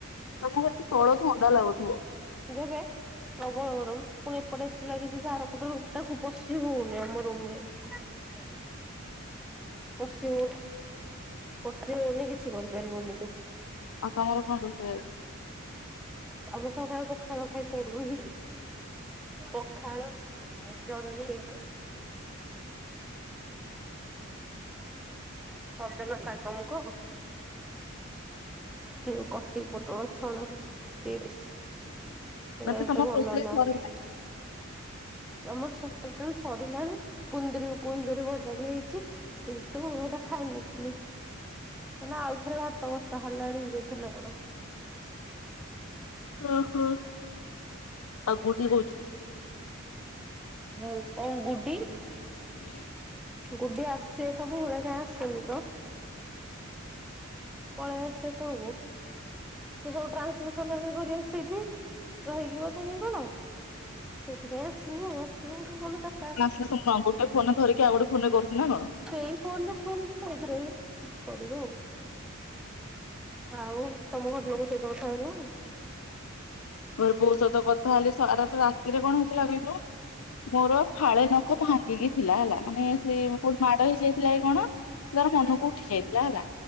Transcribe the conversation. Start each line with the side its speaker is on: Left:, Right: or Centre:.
Left: ତମ ଘରତ ତଳ ଥଣ୍ଡା ଲାଗୁଥିବ?
Centre: <unintelligible> ପ୍ରବଳ ଗରମ ପୁଣି ଏପଟେ ଏସି ଲାଗିଚି ସେଆରପଟ ତାକୁ ପଶି ହଉନି ଆମ ରୁମରେ। ପଶିହୋଉନି। ପଶିହୋଉନି କିଛି କରିପାରିବୁନି ତୁ।
Left: ଆଉ ତମର କଣ ରୋଷେଇ ଆଜି?
Centre: <unintelligible> ଖାଇବା ଖାଇସାରି ଲୁଣି। ପଖାଳ ଆଉ ଜହ୍ନି ସଜନା ସାଙ୍ଗ ମୁଗ ହେଇଯୋଉ କଟି ପୋଟଳ ଛଣା ଚିଷ୍ସି। ଏରା
Left: ମାନେ
Centre: ଏତେ
Left: ତମ
Centre: ଭଲ
Left: ରୋଷେଇ
Centre: ନୁହଁ।
Left: ସରିଲା
Centre: ଆମର ସଟୋଟାଲି ସରିଲାଣି କୁନ୍ଦୁ କୁନ୍ଦୁରି ଭଜାବି ହେଇଚି କିନ୍ତୁ ହେଟା ଖାଇ ନଥିଲି। ମାନେ ଆଉଥରେ ଭାତ ବସା ହେଲାଣି ବୋଧେ ନିକଣ।
Left: ଅଁ ହଁ ଆଉ ଗୁଡି କୋଉଚେ।
Centre: ମୁଁ କଣ ଗୁଡ଼ି
Left: ହୁଁ।
Centre: ଗୁଡ଼ି ଆସେ ସବୁବେଳେ କାଇଁ ଆସିନିତ। ପଳେଇଆସେତ ସେ ସବୁ ଟ୍ରାନ୍ସସନ କରେ ସେଇଠି ରହିକି ବୋଧେକି କଣ। ସେଇଥିପାଇଁ ଆସିନି ଆଉ ଆସିବ ମୁଗଲେ ଚା
Left: <unintelligible> ଗୋଟେ ଫୋନ୍ ଧରିକି ଆଉ ଗୋଟେ ଫୋନରେ କରୁଚିନା କଣ।
Centre: ସେଇ ଫୋନରେ ଶୁଣିକି ସବୁଥିରେ କରିବ ଆଉ। ଆଉ ତମ ଘର ଲୋକ ସହିତ କଥା ହେଲଣି।
Left: ମୁଏଇ ବୋଉ ସହିତ କଥା ହେଲି ସାରାଟା ରାତିରେ କଣ ହେଇଥିଲା କହିଲୁ। ମୋର ଫାଳେ ନଖ ଭାଙ୍ଗିକି ଥିଲା ହେଲା ମାନେ ସେ କୋଉଠି ମାଡ଼ ହେଇ ଯାଇଥିଲାକି କଣ। ତାର ମନକୁ ଉଠି ଯାଇଥିଲା ହେଲା